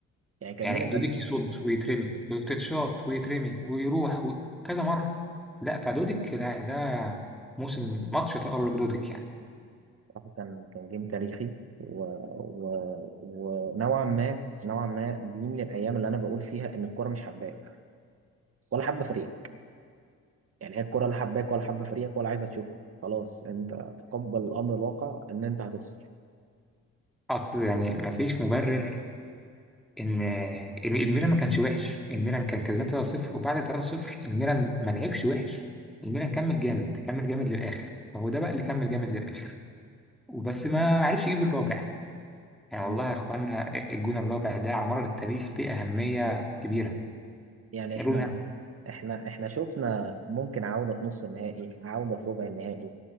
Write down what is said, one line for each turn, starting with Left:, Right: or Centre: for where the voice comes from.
Right: يعني كان
Centre: يعني
Right: ميلان
Centre: دوديك
Right: كان
Centre: يصد ويترمي ويتشاط ويترمي ويروح و... كذا مرة لا فدوديك لا يعني ده موسم ماتش تألق دوديك يعني
Right: بصراحة كان كان جيم تاريخي و... و... ونوعا ما نوعا ما دي من الأيام اللي أنا بقول فيها إن الكرة مش حباك ولا حابة فريقك يعني هي الكرة لا حباك ولا حابة فريقك ولا عايزة تشوفك خلاص انت تقبل الامر الواقع ان انت هتخسر
Centre: أصل يعني مفيش مبرر ان الم- الميلان ما كانش وحش الميلان كان كسبان 3-0 وبعد 3-0 الميلان ما لعبش وحش الميلان كمل جامد كمل جامد للاخر فهو ده بقى اللي كمل جامد للاخر وبس ما عرفش يجيب الرابع يعني
Right: ما-
Centre: والله يا اخوانا الجون الرابع ده على مر التاريخ ليه اهميه كبيره
Right: يعني
Centre: اسالوني
Right: احنا
Centre: أنا.
Right: احنا احنا شفنا ممكن عودة في نص النهائي عودة في ربع النهائي